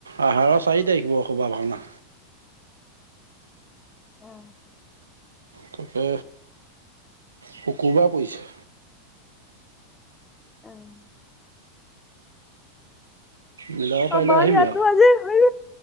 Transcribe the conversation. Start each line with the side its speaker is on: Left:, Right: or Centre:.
Right: আহাৰৰ চাৰি তাৰিখ বৰসভা ভাওনা
Left: অ
Right: তাকে শুকুবাৰ পৰিছে।
Left: উম।
Right: মিলাব পাৰিলে
Left: আমাৰ
Right: আহিবি
Left: ইয়াতো
Right: আৰু
Left: আজি হয়।